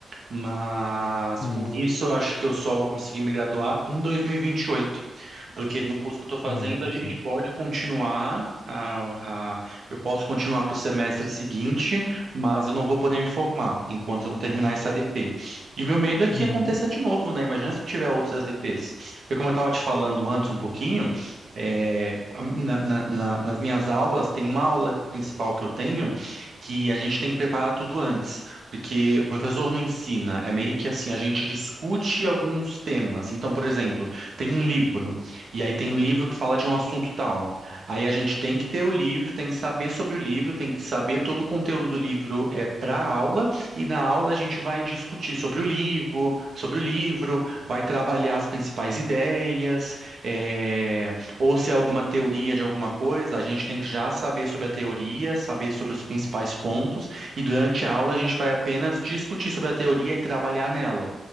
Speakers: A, on the right; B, on the left.
A: Mas
B: Hum,
A: com isso, eu acho que eu só vou conseguir me graduar em 2028, porque no curso que eu estou fazendo,
B: é frustrante.
A: a gente pode continuar, a, a- eu posso continuar para o semestre seguinte, mas eu não vou poder me formar enquanto eu não terminar essa ADP. E o meu medo é que
B: Uhum,
A: aconteça de novo, né? Imagina se eu tiver outras ADPs. Porque como eu estava te falando antes um pouquinho, é, a- na- na- na- nas minhas aulas, tem uma aula principal que eu tenho que a gente tem que preparar tudo antes. Porque o professor não ensina, é meio que assim, a gente discute alguns temas. Então, por exemplo, tem um livro, e aí tem um livro que fala de um assunto tal. Aí a gente tem que ter o livro, tem que saber sobre o livro, tem que saber todo o conteúdo do livro é para a aula, e na aula a gente vai discutir sobre o livro, sobre o livro, vai trabalhar as principais ideias, é, ou se é alguma teoria de alguma coisa, a gente tem que já saber sobre a teoria, saber sobre os principais pontos e durante a aula a gente vai apenas discutir sobre a teoria e trabalhar nela.